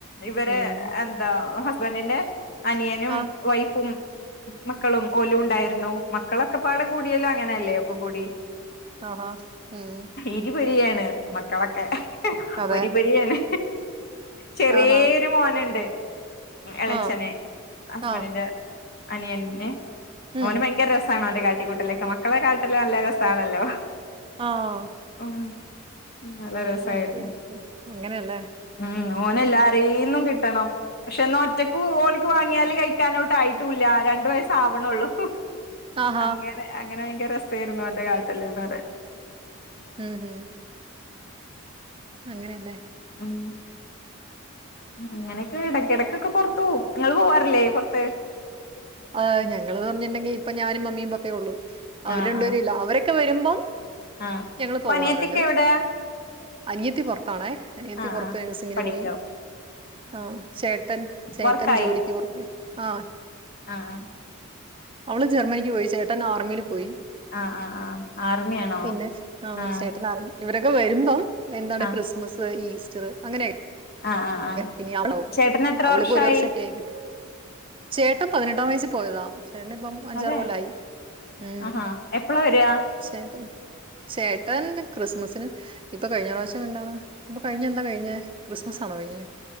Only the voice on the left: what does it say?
ഇവര്
എന്താ ഹസ്ബന്റിന്റെ അനിയനും
വൈഫും മക്കളും ഓലും ഉണ്ടായിരുന്നു. മക്കളൊക്കെ പാടെ കൂടിയാലും അങ്ങനെയല്ലേ ഇപ്പൊ കുടി
ഇരുപൊരിയാണ് മക്കളൊക്കെ
പൊരിപൊരിയാണ് ചെറിയേരു
മോനുണ്ട് എളേച്ചന്
ഹസ്ബന്റിന്റെ
അനിയന്റെ
ഓന് ഭയങ്കര രസാണ് ഓന്റെ കാട്ടിക്കൂട്ടലൊക്കെ മക്കളെ കാ ട്ടല് നല്ല രസാണല്ലോ
ഉം നല്ല രസായിരുന്നു
ഉം ഓനെല്ലാരീന്നും കിട്ടണം. പക്ഷെ എന്നാ ഒറ്റക്ക് ഓൻക്ക് വാങ്ങിയാല് കഴിക്കാനൊട്ട് ആയിട്ടൂല്ല രണ്ട് വയസാവുണുള്ളൂ
അങ്ങനെ. അങ്ങനെയങ്കര രസായിരുന്നു ഓന്റെ കാട്ടല് എന്ന് പറ
ഉം അങ്ങനെയൊക്കെ എടക്കിടക്കൊക്കെ പൊറത്ത്‌ പോവും നിങ്ങള് പോവാറില്ലേ പൊറത്ത്
ആഹ് ആഹ്
ആഹ്
പ്പ
അനിയത്തിക്കെ എവിടെ
ആഹ്
ആഹ്
പഠിക്കാവും
വർക്കായി
ആഹ്
ആഹ് ആഹ് ആഹ് ആഹ് ആർമിയാണോ
ആഹ്
ആഹ്
ആഹ് ആഹ് ആഹ്
ചേട്ടന് എത്ര
വർഷായി
അതെ
ആഹാ എപ്പളാ വരാ